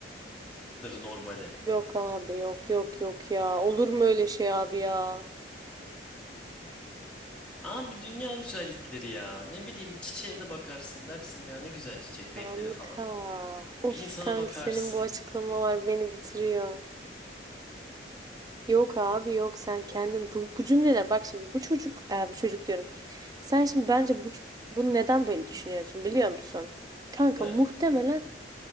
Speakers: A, in the centre; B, on the right.
A: Dır normali.
B: Yok abi yok yok yok ya. Olur mu öyle şey abi ya?
A: Abi dünya güzellikleri ya. Ne bileyim bir çiçeğe de bakarsın dersin ya ne güzel çiçek
B: Kanka.
A: renkleri falan.
B: Of
A: Bir insana
B: kanka
A: bakarsın.
B: senin bu açıklamalar beni bitiriyor. Yok abi yok sen kendin bu, bu cümleler bak şimdi bu çocuk e, bu çocuk diyorum. Sen şimdi bence bu c- bunu neden böyle düşünüyorsun biliyor musun? Kanka
A: Ne?
B: muhtemelen